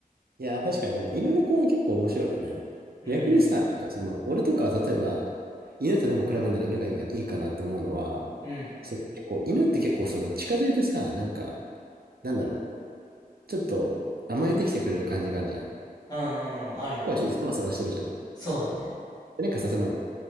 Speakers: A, on the right (about 80°); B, on the left (about 25°).
A: いやー確かにでも犬猫は結構面白いよね。
B: うん。
A: 逆にさ、なんかその、俺とかは例えば犬と猫比べるなら犬がいいいいかなと思うのは、
B: うん。
A: その結構犬って結構その近づいてさ、なんか、なんだろう、ちょっと甘えてきてくれる感じがあるじゃん。
B: うんうんうん。あるね。
A: 猫はちょっとサバサバしてるじゃん。
B: そうだね。
A: でなんかさ、その、